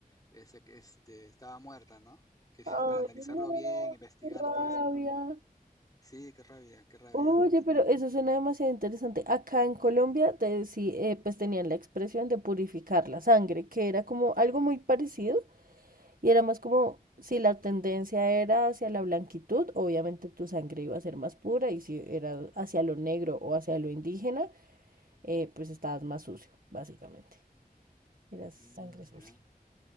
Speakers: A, on the left; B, on the right.
A: ese que, este, estaba muerta, ¿no? <laughs> Quería
B: Ay,
A: para analizarlo
B: no,
A: bien, investigar
B: qué rabia.
A: todo eso, ¿no? Sí, qué rabia, qué rabia
B: Oye,
A: realmente.
B: pero eso suena demasiado interesante. Acá en Colombia te, decí- eh, pues tenían la expresión de purificar la sangre, que era como algo muy parecido y era más como si la tendencia era hacia la blanquitud, obviamente tu sangre iba a ser más pura y si era hacia lo negro o hacia lo indígena, eh, pues estabas más sucio, básicamente. Eras sangre
A: Mm,
B: sucia.
A: ya.